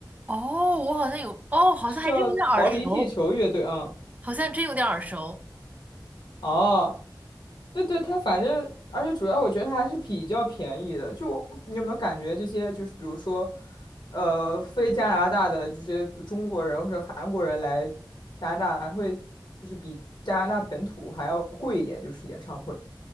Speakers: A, on the right; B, on the left.
A: 哦，我好像有，哦，好像还真有点耳熟，
B: 是叫逃离地球乐队啊。
A: 好像真有点耳熟。
B: 哦，对对，它反正，而且主要我觉得它还是比较便宜的。就我你有没有感觉这些，就是比如说，呃，非加拿大的这些中国人或者韩国人来加拿大，还会就是比加拿大本土还要贵一点，就是演唱会。